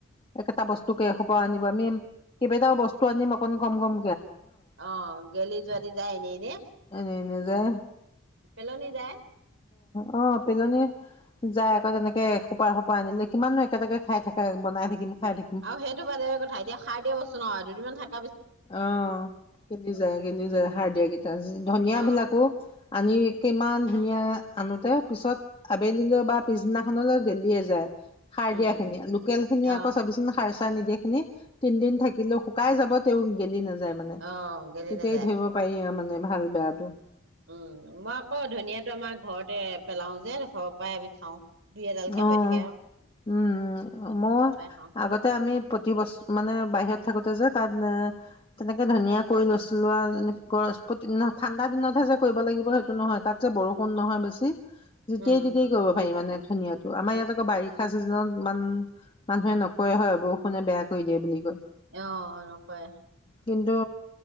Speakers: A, on the left; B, on the right.
A: একেটা বস্তুকে এশোপা আনিব আমি কেইটাও বস্তু আনিম অকন কম- কম।
B: অহ ', গেলি যোৱ দি যায় এনেই এনে
A: এনে এনে যে
B: পেলনি যায়।
A: অহ ', পেলনী যাই আকৌ তেনেকে এ - এসোপা আনিলে। কিমাননো একেটাকে খাই থাকে বনাই থাকিম। খাই থাকিম
B: আৰু সেইটো বাদেৰে কথা এতিয়া খাই দিয়া বস্তু ন দুদিনমান থাকে।
A: অহ', গেলি যায় - গেলি যায় সাৰ দিয়া কিটা। ধনিয়া
B: অ
A: বিলাকো আনি কিমান ধুনীয়া।। আনোতে পিছত আবেলিলৈ বা পিছদিনাখনলৈ গেলিয়ে যায়। সাৰ
B: উম
A: দিয়া খিনিয়ি লোকেল খিনি
B: অ
A: আকৌ চাবিচোন সাৰ। নিদিয়েখিনি তিনদিন থাকিলেও শুকাই যাব। তেও গেলি নাযায় মানে
B: অ গেলি
A: তেতিয়াই
B: নাযায়
A: ধৰিব পাৰি আৰু মানে। মে ভাল বেয়াটো
B: উম', মই আকৌ ধনিয়াতটো আমাৰ ঘৰতে পেলাও যে ঘৰৰ পৰাই আমি খাওঁ। দুই এডালকে
A: অহ
B: হৈ থাকে আৰু
A: ', উম', - উম
B: আমি
A: ', মই
B: ঘৰৰ পৰাই খাওঁ
A: আগতে আমি প্ৰতি বছ মানে বাহিৰত থাকোতে যে তাত এ তেনেকে ধনিয়া কৰি লৈছিলোঁ আৰু গৰহস্পতি ন? ঠাণ্ডা দিনতহে যে কৰিব লাগিব সেইটো নহয় তাত যে বৰষুণ নহয় বেছি। যেতিয়াই
B: উম
A: তেতিয়াই কৰিব পাৰি মানে। ধুনীয়াতো আমাৰ ইয়াত আকৌ বাৰিষা চিজনত ইমান মানুহে নকৰে হয় বৰষুণে বেয়া কৰি দিয়ে বুলি কয়।
B: অহ ', নকৰে
A: কিন্তু